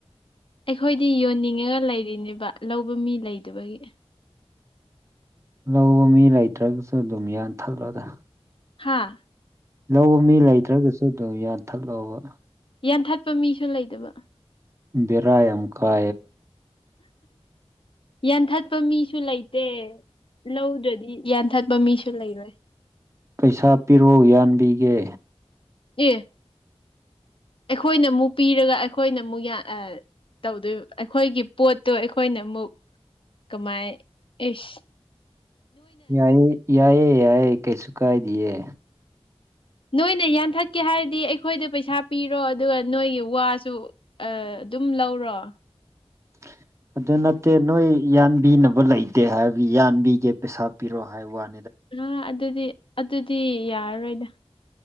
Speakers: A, on the left; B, on the right.
A: ꯑꯩꯈꯣꯏꯗꯤ ꯌꯣꯟꯅꯤꯡꯉꯒ ꯂꯩꯔꯤꯅꯦꯕ ꯂꯧꯕ ꯃꯤ ꯂꯩꯗꯕꯒꯤ
B: ꯂꯧꯕ ꯃꯤ ꯂꯩꯇ꯭ꯔꯒꯁꯨ ꯑꯗꯨꯝ ꯌꯥꯟꯊꯠꯂꯣꯗ
A: ꯍꯥꯥ
B: ꯂꯧꯕ ꯃꯤ ꯂꯩꯇ꯭ꯔꯒꯁꯨ ꯑꯗꯨꯝ ꯌꯥꯟꯊꯠꯂꯛꯕ
A: ꯌꯥꯟꯊꯠꯄ ꯃꯤꯁꯨ ꯂꯩꯗꯕ
B: ꯕꯤꯔꯥꯌꯥꯝ ꯀꯥ
A: ꯌꯥꯟꯊꯠꯄ ꯃꯤꯁꯨ ꯂꯩꯇꯦ ꯂꯧꯗꯨꯗꯤ ꯌꯥꯟꯊꯠꯄ ꯃꯤꯁꯨ ꯂꯩꯔꯣꯏ
B: ꯄꯩꯁꯥ ꯄꯤꯔꯣ ꯌꯥꯟꯕꯤꯒꯦ
A: ꯑꯦ ꯑꯩꯈꯣꯏꯅ ꯑꯃꯨꯛ ꯄꯤꯔꯒ ꯑꯩꯈꯣꯏꯅ ꯑꯃꯨꯛ ꯇꯧꯗꯣꯏ ꯑꯩꯈꯣꯏꯒꯤ ꯄꯣꯠꯇꯣ ꯑꯩꯈꯣꯏꯅ ꯑꯃꯨꯛ ꯀꯃꯥꯏ ꯏꯤꯁ
B: ꯌꯥꯏꯌꯦ ꯌꯥꯏꯌꯦ ꯌꯥꯏꯌꯦ ꯀꯩꯁꯨ ꯀꯥꯏꯗꯌꯦ
A: ꯅꯣꯏꯅ ꯌꯥꯟꯊꯠꯀꯦ ꯍꯥꯏꯔꯗꯤ ꯑꯩꯈꯣꯏꯗ ꯄꯩꯁꯥ ꯄꯤꯔꯣ ꯑꯗꯨꯒ ꯅꯣꯏꯒꯤ ꯋꯥꯁꯨ ꯑꯗꯨꯝ ꯂꯧꯔꯣ
B: <unintelligible> ꯑꯗꯨ ꯅꯠꯇꯦ ꯅꯣꯏ ꯌꯥꯟꯕꯤꯅꯕ ꯂꯩꯇꯦ ꯍꯥꯏꯗꯤ ꯌꯥꯟꯕꯤꯒꯦ ꯄꯩꯁꯥ ꯄꯤꯔꯣ ꯍꯥꯏ ꯋꯥꯅꯤ
A: ꯑꯥ ꯑꯗꯨꯗꯤ ꯑꯗꯨꯗꯤ ꯌꯥꯔꯔꯣꯏꯗ